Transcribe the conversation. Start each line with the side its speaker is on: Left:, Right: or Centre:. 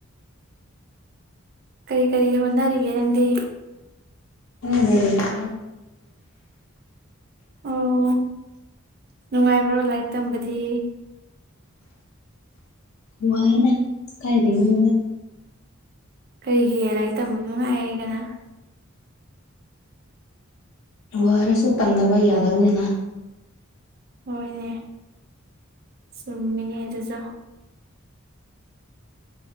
Right: ꯀꯔꯤ ꯀꯔꯤ ꯍꯣꯠꯅꯔꯤꯒꯦ ꯅꯪꯗꯤ
Left: ꯎ ꯂꯩ ꯀ
Right: ꯑꯣ ꯅꯨꯡꯉꯥꯏꯕ꯭ꯔꯣ ꯂꯥꯏꯔꯤꯛ ꯇꯝꯕꯗꯤ
Left: ꯋꯥ ꯍꯥꯏꯦꯅ ꯀꯥꯏꯗꯒꯅꯦꯅ
Right: ꯀꯩꯒꯤ ꯂꯥꯏꯔꯤꯛ ꯇꯝꯕ ꯅꯨꯡꯉꯥꯏꯔꯦ ꯀꯅ
Left: ꯋꯥꯔꯁꯨ ꯇꯝꯗꯅꯕ ꯌꯥꯗꯕꯅꯤꯅ
Right: ꯍꯣꯏꯅꯦ ꯆꯨꯝꯃꯤꯅꯦ ꯑꯗꯨꯁꯨ